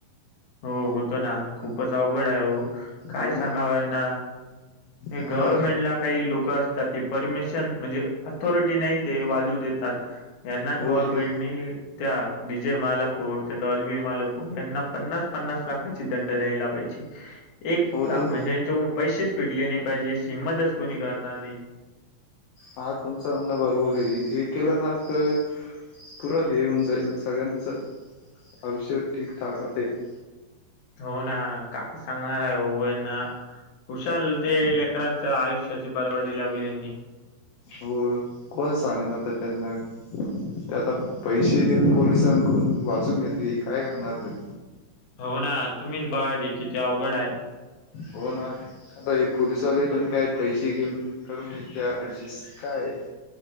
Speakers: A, on the left (about 55°); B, on the left (about 75°).
A: हो होतो नां खूपचं अवघंड आहे हो कायं
B: हो ना
A: सांगाव यांना हे
B: हा
A: गवर्नमेंट लां कांहीं लोकं असतांत ते परमिशन म्हणजे अऑथॉरिटी नाहीं ते वाजूं देतांत यांना
B: हो
A: गवर्नमेंटनी
B: ते
A: त्यां डी जे मालक हो त्यां डॉल्बी मालक हो यांना पन्नास पन्नास लाखांची दंड द्यायला पाहिजे एक
B: हो
A: लाखं
B: तुम
A: म्हणजे यांच्यातून पैसेच फिटले नाहीं पाहिजेशी हिंमतचं कोणी करणारं नाहीं
B: हां तुमचं म्हणं बरोबर आहे हे केलं नां तरं पुरं हे होऊन जाईल सगळ्यांचं आयुष्य ठीकठांक राहील
A: हो नां कायं सांगणार आहे हो यांना खुशांल ते लेकरांच्या आयुष्याची बर्बादी लावली यांनी
B: हो कोणं सांग नां आंता त्यांना ते आंता पैसे देऊंन पोलिसांकडूंन वाजूंन घेतले कायं करणारं रे
A: हो नां तुम्हीचं बघां की किती अवघंड आहे
B: हो नां आंता पोलिसवाले पणं कायं पैसे घेऊंन करूंन घेते अडजस्टं कायं